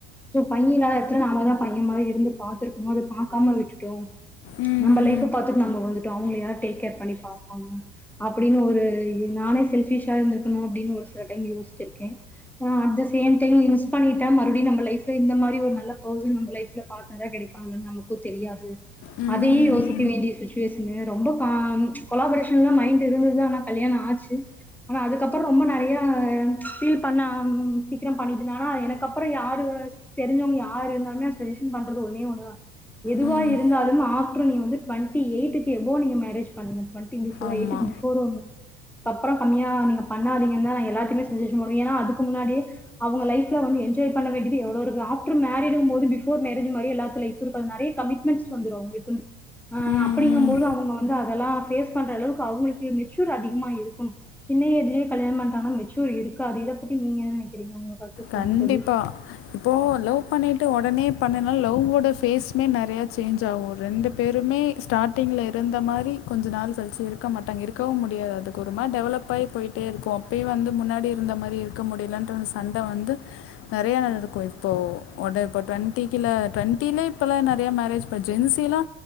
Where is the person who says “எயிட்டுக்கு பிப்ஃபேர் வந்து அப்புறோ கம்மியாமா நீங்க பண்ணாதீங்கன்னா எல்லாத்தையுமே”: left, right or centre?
Centre